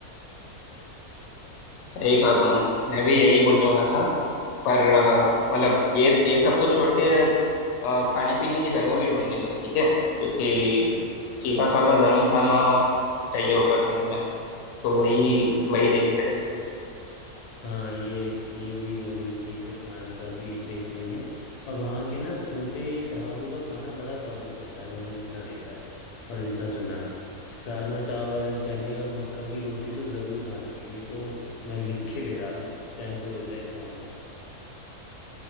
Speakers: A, on the left; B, on the left.
A: सही कहा तुमने मैं भी यही बोलने वाला था पर अ, मतलब ये ये सब तो छोड़ के अ, खाने पीने की जगह भी ढूंढ लेंगे ठीक है क्योंकि सीधा साधा गर्म खाना चाहिए होगा ठंड में तो वही वही देखते हैं
B: हाँ ये ये भी ज़रूरी चीज़ है खाने का भी देख लेंगे और वहाँ के ना छोटे ढाबों का खाना बड़ा स्वादिष्ट होता है मैंने जितना देखा है और जितना सुना है राजमा चावल चने और मक्का की रोटी तो ज़रूर खानी है ये तो मैं लिख के ले जा रहा हूँ चाहे जो हो जाए खाऊंगा